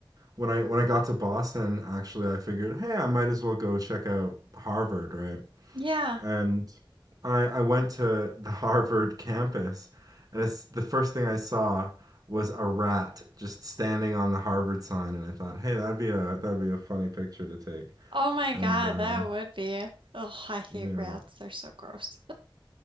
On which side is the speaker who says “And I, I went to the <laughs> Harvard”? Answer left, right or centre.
Right